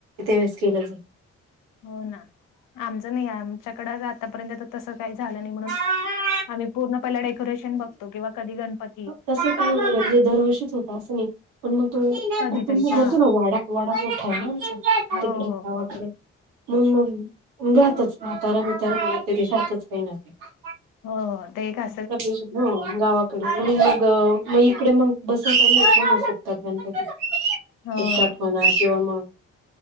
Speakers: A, on the right; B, on the left.
A: ते वळेस केलं जा.
B: हो ना आमचं नाही आमच्याकडं आतापर्यंत तर तसं काही झालं नाही म्हणून.
A: जाईल
B: आम्ही पूर्ण पहिला डेकोरेशन बघतो किंवा कधी गणपती
A: तस काय हो दर वर्षीच होत असं नाही. पण मग तो
B: कधीतरी
A: कुटुंब
B: हा.
A: म्हज ना वाडा वाडा मोठा आहे ना आमचा
B: हो
A: तिकडे
B: हो
A: गावाकडे.
B: हो.
A: मग मग जातच म्हातारा मितारा तरी जातच काही ना काही
B: हो ते का.
A: त हो <unintelligible> गावाकडे म्हणून मग मग बसविता आणि कतात गणपती टिपटाप
B: हो हो.
A: म्हणा किंवा मग.